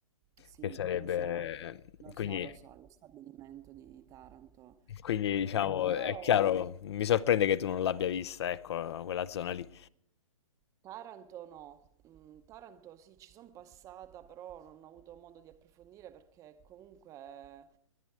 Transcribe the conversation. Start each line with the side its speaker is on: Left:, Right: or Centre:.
Right: Sì,
Left: Che sarebbe...
Right: lo so, lo
Left: Quindi,
Right: so, lo so, lo stabilimento di Taranto.
Left: quindi diciamo,
Right: Eh, però
Left: è chiaro, mi sorprende che tu non l'abbia vista, ecco, quella zona lì.
Right: Taranto no, Mm, Taranto sì, ci sono passata, però non ho avuto modo di approfondire perché comunque